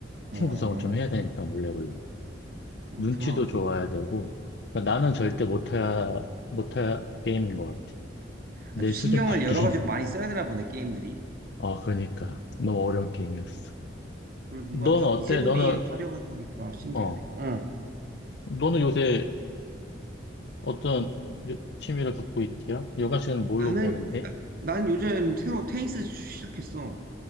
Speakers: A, on the right; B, on the left.
A: 어,
B: 팀 구성을 좀 해야 되니까, 몰래몰래.
A: 그렇구나.
B: 눈치도 좋아야 되고, 그러니까 나는 절대 못할, 못할 게임인 것 같아. 내
A: 아주
B: 수준
A: 신경을
B: 밖에.
A: 여러
B: <laughs>
A: 가지로 많이 써야 되나 보네, 게임들이.
B: 아, 그러니까. 너무 어려운 게임이었어.
A: 그리고 뭔가
B: 넌
A: 바-
B: 어때?
A: 이세돌이
B: 너는,
A: 활용하니까 신기하네.
B: 어,
A: 어,
B: 너는 요새 어떤 요- 취미를 갖고 있디야? 여가 시간은 뭘로
A: 나는,
B: 보내는데?
A: 나- 난 요즘 새로 테니스 시작했어.